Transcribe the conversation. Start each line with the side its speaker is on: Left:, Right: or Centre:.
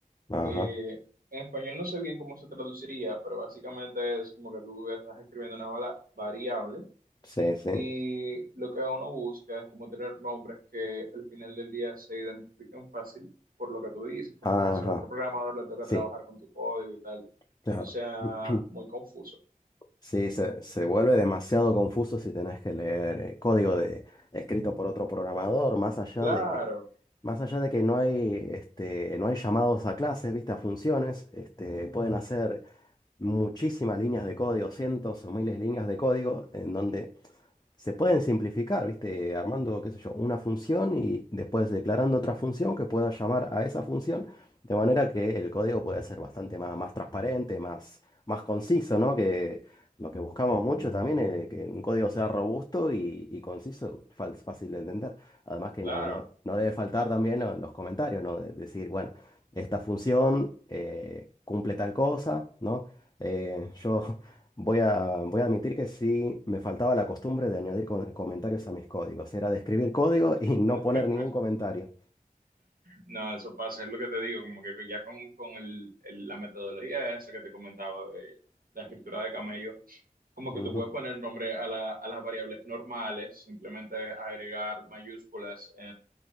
Left: Ajá,
Right: Eh, en español no sé bien cómo se traduciría, pero básicamente es como que tú estás escribiendo una bala- variable
Left: sí, sí.
Right: y lo que uno busca es como tener nombres que al final del día se identifiquen fácil por lo que tú dices, como
Left: Ajá,
Right: que si a otro programador le toca
Left: sí,
Right: trabajar con tu código y tal,
Left: claro.
Right: no sea
Left: <clears throat>
Right: muy confuso.
Left: Sí, se, se vuelve demasiado confuso si tenés que leer eh, código de, escrito por otro programador, más allá
Right: Claro,
Left: de que, más allá de que no hay, este, no hay llamados a clases, ¿viste? A funciones, este, pueden hacer muchísimas líneas de código, cientos o miles de líneas de código, en donde se pueden simplificar, ¿viste? Armando, qué sé yo, una función y después declarando otra función que pueda llamar a esa función, de manera que el código puede ser bastante más, más transparente, más, más conciso, ¿no? Que lo que buscamos mucho también es que un código sea robusto y, y conciso, fal- fácil de entender. Además que
Right: claro.
Left: no, no, no debe faltar también lo- los comentarios, ¿no? De- decir, bueno, esta función eh, cumple tal cosa, ¿no? Eh, yo Voy a, voy a admitir que sí me faltaba la costumbre de añadir con- comentarios a mis códigos. Era de escribir código <laughs> y no
Right: <laughs>
Left: poner ningún comentario.
Right: No, eso pasa, es lo que te digo, como que ya con, con el- el- la metodología esa que te comentaba de la escritura de camello, como
Left: Ujú,
Right: que tú puedes poner nombre a, la- a las variables normales, simplemente agregar mayúsculas